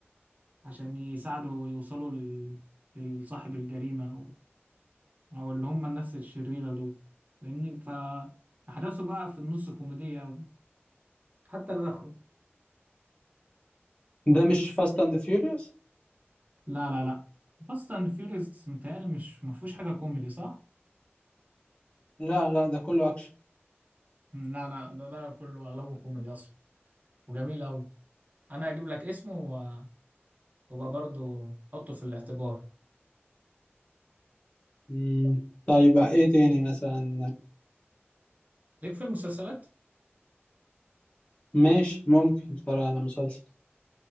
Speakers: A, on the right; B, on the left.
A: عشان يساعده يوصلوا لل- لصاحب الجريمة او اللي هم الناس الشريرة دول فاهمني فاحداثه بقى في النص كوميدية قوي حتى لاخره
B: ده مش فاست أند فيوريوس؟
A: لا لا لا فاست اند فيوريوس متهيألي مش ما فيهوش حاجة كوميدي صح؟
B: لا لا ده كله أكشن
A: لا لا ده ده كله اغلبه كوميدي اصلا وجميل قوي انا هجيب لك اسمه و- وابقى برضه حطه في الاعتبار
B: مم. طيب إيه
A: ليك
B: تاني مثلا؟
A: ليك في المسلسلات
B: ماشي ممكن أتفرج على مسلسل